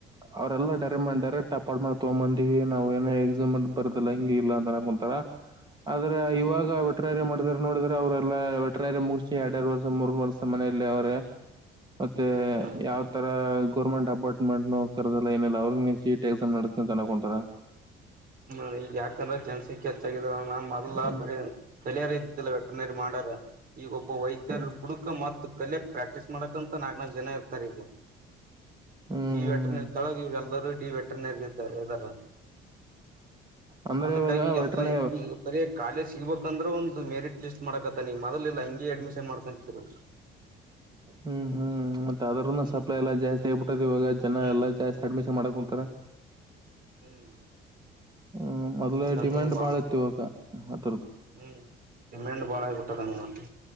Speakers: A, on the right (about 20°); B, on the right (about 50°).
A: ಅವರೆಲ್ಲ ಡ ವೆಟ ಮಾಡಿ ಡೈರೆಕ್ಟ್ಟಪ್ಪಾಡ್ ಮಾಡ್ ತಗೊಂಡ್ ಬಂದಿವವಿ ನಾವವು ಏನ ಎಕ್ಸಾಮ್ ಬರದಿಲ್ಲ ಹಿಂಗ ಇಲ್ಲ ಅಂತ ಅಕೊಂತಾರ ಆದ್ರ ಇವಾಗ ವೆಟ್ರನರಿಯ ಮಾಡಿದಾರ ನೋಡಿದ್ರ ಅವ್ರೆಲ್ಲಾ ವೆಟ್ರೇರಿಯ ಮುಗಸ ಎರಡ್ ಎರಡು ವರ್ಷ ಮೂರ್ ವರ್ಷ ಮನೆಯಲ್ಲಿ ಅವ್ರೆ ಮತ್ತೆ
B: ಹ್ಮ್
A: ಯಾವ ತರ ಗೌಮೆಂ ಡಿಪಾರ್ಟ್ಮೆಂಟ್ ನ ಕರೆದಲ್ಲ ಏನಲ್ಲ ಅವ್ರ ಸೀಟ್ ಎಕ್ಸಾಮ್ ನಡೆಸ್ತನ ಅನಕೊಂತರ
B: ಹ್ಮ ಈಗ ಯಾಕ್ರ ಜನಸಂಖ್ಯೆ ಹೆಚ್ಚಾಗದವ ನ ಮೊದಲ್ಲ
A: ಹ್ಮ್
B: ಬರ ಬೆಲೆಯಾರ ಇದತಿತ್ತಲ್ಲ ವೆಟ್ರನರಿ ಮಾಡಾರ ಈಗ ಒಬ್ಬ ವೈದ್ಯರ
A: ಹ್ಮ್
B: ಬುಡುಕ ಮತ್ತು ಕಲಿಯಕ್ ಪ್ರಾಕ್ಟೀಸ್ ಮಾಡಕ ಅಂತ ನಾಗ ನ ಜನ ಇರ್ತಾರೆ ಈಗ
A: ಹ್ಮ್
B: ದ
A: ಹ್ಮ್
B: ಎಟ್ಟ ತಳ ಎದ ಟ ವೆಟ್ರನರಿ ಇ್ದಾರ
A: ಅಂದ್ರೆ
B: ಅದಕ್ಕಾಗಿ
A: ಇವಾಗ ವೆಟ್ರನ
B: ಎಲ್ಲ ಈಗ ಬರ ಕಾಲೇಜ ಸಿಗ್ಬೇಕಂದ್ರೆ ಒಂದು ಮೆರಿಟ್ ಲಿಸ್ಟ್ ಮಾಡಕತ್ತಾನ ಮೊದಲಿಲ್ಲ ಹಿಂಗೆ ಅಡ್ಮಿಷನ್ ಮಾಡ್ಕೊಂತಿದ್ರು
A: ಹ್ಮ್ ಹ್ಮ್ ಅದೂ
B: ಹ್ಮ್
A: ಸಪ್ಲೈ ಎಲ್ಲ ಜಾಸ್ತಿ ಆಗ್ಬಿಟ್ಟದ ಇವ ಜ
B: ಹ್ಮ್
A: ಎಲ್ಲ ಜಾಸ್ತಿ ಅಡ್ಮಿಷನ್ ಮಾಡಕ್ ತ್ತರ
B: ಹ್ಮ್
A: ಹ್ಮ ಮೊದ್ಲ
B: ಎಲ್ಲಾನು
A: ಡಿಮ್ಯಾಂಡ್
B: ಬಾಳ
A: ಬಾಳತ್ ಇವಾಗ ಹದು
B: ಹ್ಮ್ ಡಿಮ್ಯಾಂಡ್ ಬಾಳ ಆಗಬಿಟ್ಟದ ನೋಲ್ಲಿ